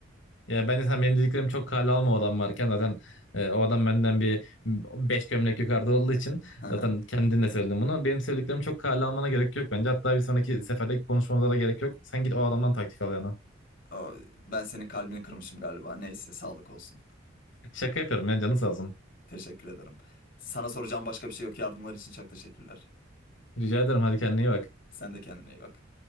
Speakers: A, on the left; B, on the left.
A: Ya bence sen benim dediklerimi çok kale alma o adam varken zaten e, o adam benden bir 5 gömlek yukarıda olduğu için
B: Hı hı.
A: zaten kendin de söyledin bunu. Benim söylediklerimi çok kale almana gerek yok bence. Hatta bir sonraki seferdeki konuşmamıza da gerek yok. Sen git o adamdan taktik al yana.
B: O, Ben senin kalbini kırmışım galiba. Neyse sağlık olsun.
A: Şaka yapıyorum ya canı sağ olsun.
B: Teşekkür ederim. Sana soracağım başka bir şey yok. Yardımların için çok teşekkürler.
A: Rica ederim hadi kendine iyi bak.
B: Sen de kendine iyi bak.